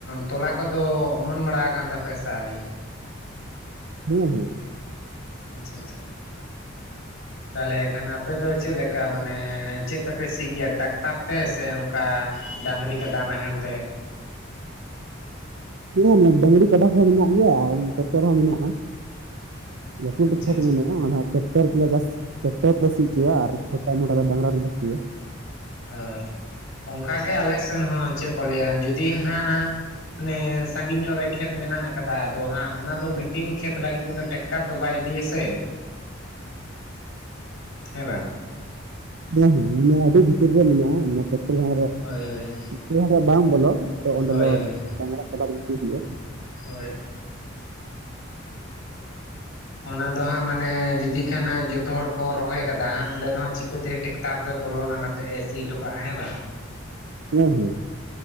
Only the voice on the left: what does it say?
ᱛᱚᱞᱟ ᱠᱚᱫᱚ ᱚᱢᱚᱱ ᱵᱟᱲᱟ ᱠᱟᱱ ᱛᱟᱯᱮᱭᱟ ᱥᱮ ᱟᱹᱣᱨᱤ?
ᱟᱪᱪᱷᱟ ᱪᱷᱟ᱾ ᱛᱟᱦᱚᱞᱮ ᱠᱷᱟᱱ ᱟᱯᱮ ᱫᱚ ᱪᱮᱫ ᱞᱮᱠᱟ ᱢᱟᱱᱮ ᱪᱮᱫ ᱛᱮᱯᱮ ᱥᱤ ᱜᱮᱭᱟ? ᱴᱟᱠᱴᱟᱨ ᱛᱮ ᱥᱮ ᱚᱱᱠᱟ ᱰᱟᱹᱟᱝᱨᱤ ᱠᱟᱰᱟ ᱱᱟᱦᱮᱞ ᱛᱮ
ᱟᱪᱪᱷᱟ
ᱟᱪᱪᱷᱟ
ᱦᱳᱭ, ᱚᱱᱠᱟᱜᱮ ᱟᱞᱮ ᱥᱮᱱ ᱦᱚᱸ ᱪᱮᱫ ᱠᱚ ᱞᱟᱹᱭᱟ ᱡᱩᱫᱤ ᱦᱟ ᱱᱟᱜ ᱢᱟᱱᱮ ᱥᱟᱺᱜᱤᱧ ᱧᱚᱜ ᱨᱮ ᱠᱷᱮᱛ ᱢᱮᱱᱟᱜ ᱟᱠᱟᱫᱟ, ᱟᱫᱚ ᱦᱟᱸᱜ ᱚᱱᱟ ᱫᱚ ᱢᱤᱴᱤᱱ ᱠᱷᱮᱛ ᱞᱟᱹᱜᱤᱫ ᱛᱮᱫᱚ ᱴᱮᱠ ᱴᱟᱨ ᱫᱚ ᱵᱟᱭ ᱤᱫᱤ ᱟᱥᱮ ᱦᱮᱸ ᱵᱟᱝ?
ᱦᱳᱭ ᱦᱳᱭ᱾
ᱦᱳᱭ
ᱦᱳᱭ
ᱦᱳᱭ ᱚᱱᱟ ᱫᱚ ᱦᱟᱸᱜ ᱢᱟᱱᱮ ᱡᱩᱫᱤ ᱠᱷᱟᱱᱟ ᱡᱚᱛᱚ ᱦᱚᱲ ᱠᱚ ᱨᱚᱦᱚᱭ ᱠᱟᱫᱟ ᱚᱸᱰᱮ ᱫᱚ ᱦᱟᱸᱜ ᱪᱤᱠᱟᱹᱛᱮ ᱴᱮᱠᱴᱟᱨ ᱫᱚ ᱵᱚᱞᱚᱱᱟ? ᱛᱮ ᱥᱤ ᱦᱚᱴᱚᱠᱟᱜᱼᱟ, ᱦᱮ ᱵᱟᱝ᱾